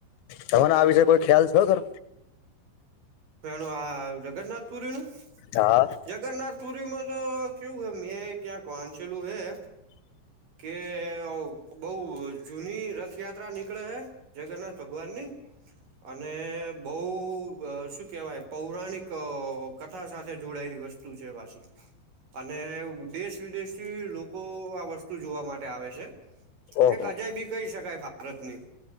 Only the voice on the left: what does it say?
તમ ને આ વિષે કોઈ ખ્યાલ છો ખર
હા
ઓહો